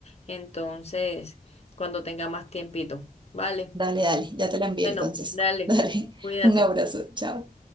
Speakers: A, on the left; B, on the right.
A: Entonces, cuando tenga más tiempito. Vale.
B: Dale, dale, ya te la envié
A: Bueno,
B: entonces.
A: dale.
B: <laughs> Dale,
A: Cuídate.
B: un abrazo, chao.